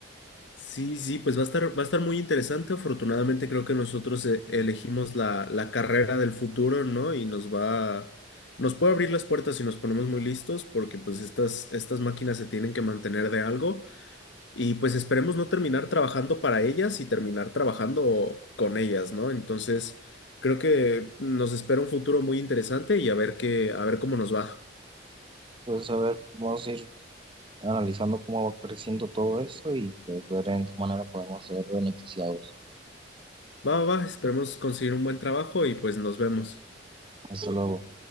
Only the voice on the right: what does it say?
Pues a ver, vamos a ir analizando cómo va creciendo todo esto y pues, ver en qué manera podemos ser beneficiados.
Hasta luego.